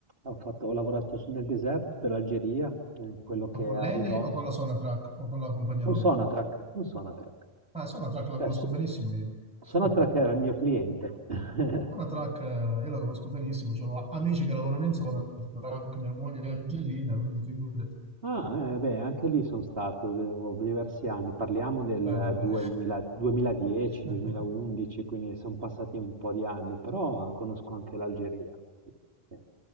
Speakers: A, on the right; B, in the centre.
A: Ho fatto- ho lavorato su- nel deserto dell'Algeria, eh, quello che
B: Ma con
A: è a
B: l'ENI
A: Dove? ridosso.
B: o con la Sonatrack o con la compagnia loro?
A: Un Sonatrack, un Sonatrack.
B: Ah, Sonatrack la
A: Cioè,
B: conosco
A: s-
B: benissimo io.
A: Sonatrack
B: <laughs>
A: era il mio cliente. <laughs>
B: Zona Track, eh, io la conosco benissimo, ho amici che lavorano in zona Track, mia moglie è algerina, quindi figurati.
A: Ah, eh, beh, anche lì sono stato devo- diversi anni, parliamo del
B: Bello, bello.
A: 2000 2010,
B: <laughs>
A: 2011, quindi sono passati un po' di anni, però conosco anche l'Algeria. Sì, sì.